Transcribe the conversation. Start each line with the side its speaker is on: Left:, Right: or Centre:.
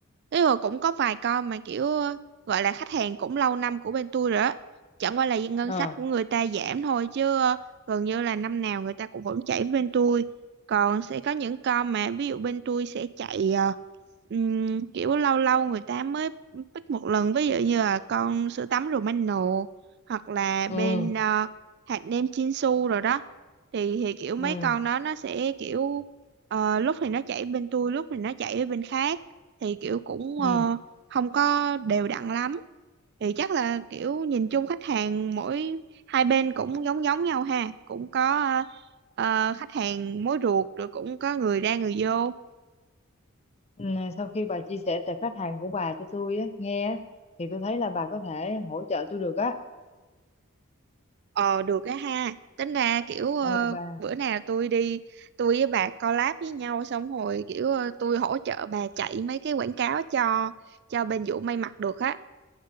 Right: ý là cũng có vài con mà kiểu ờ, gọi là khách hàng cũng lâu năm của bên tôi rồi á chẳng qua là ngân
Left: ờ
Right: sách của người ta giảm thôi chứ ờ, gần như là năm nào người ta cũng vẫn chạy với bên tôi còn sẽ có những con mà ví dụ bên tôi sẽ chạy ờ, Ừm, kiểu lâu lâu người ta mới pick một lần ví dụ như là con sữa tắm Romano hoặc là bên
Left: ừ
Right: ờ, hạt nêm Chinsu rồi đó thì thì kiểu mấy
Left: ừ
Right: con đó nó sẽ kiểu ờ, lúc thì nó chảy bên tôi lúc thì nó chảy ở bên khác thì kiểu cũng
Left: ừ
Right: ờ, không có đều đặn lắm thì chắc là kiểu nhìn chung khách hàng mỗi hai bên cũng giống giống nhau ha cũng có ờ, ờ, khách hàng mối ruột rồi cũng có người ra người vô
Left: Ừ, sau khi bà chia sẻ tệp khách hàng của bà cho tôi á, nghe á, thì tôi thấy là bà có thể hỗ trợ tôi được á
Right: Ờ được á ha Tính ra kiểu ờ,
Left: ừ, bà
Right: bữa nào tôi đi Tôi với bà collab với nhau Xong rồi kiểu ờ, tôi hỗ trợ bà chạy mấy cái quảng cáo cho Cho bên Vũ may mặc được á